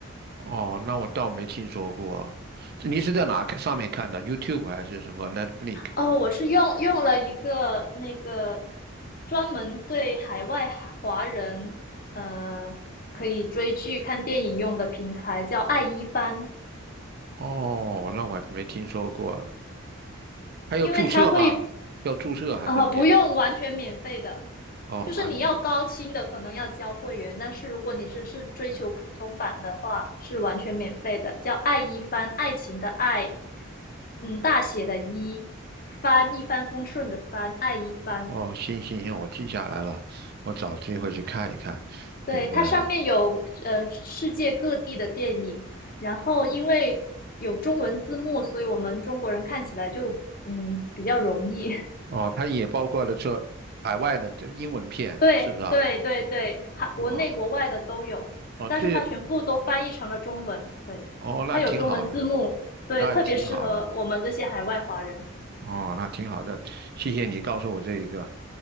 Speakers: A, on the right; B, on the left.
A: 哦，那我倒没听说过啊你是在哪看上面看的？YouTube 还是什么 Netflix？
B: 哦，我是用用了一个那个专门对海外华华人，呃，可以追剧、看电影用的平台，叫爱一帆，
A: 哦，那我没听说过。还有注册吗？
B: 因为它会，
A: 要注册还是免？
B: 啊，不用完全免费的，
A: 哦，
B: 就是你要高清的可能要交会员，
A: 蛮免。
B: 但是如果你只是追求普通版的话，是完全免费的，叫爱一帆，爱情的爱，嗯，大写的一，帆一帆风顺的帆，爱一帆。
A: 哦，行行行，我记下来了，我找机会去看一看。
B: 对，
A: 有呃，
B: 它上面有呃世界各地的电影，然后因为有中文字幕，所以我们中国人看起来就嗯比较容易。<laughs>
A: 哦，它也包括了这海外的这英文片，
B: 对对对对，
A: 是不是啊？
B: 哈，国内国外的都有，
A: 哦哦，
B: 但是它全部都翻译成了中文，
A: 这
B: 对，
A: 哦，那挺好的，
B: 它有中文字幕，对，
A: 那挺好的。
B: 特别适合我们这些海外华人。
A: 哦，那挺好的，谢谢你告诉我这一个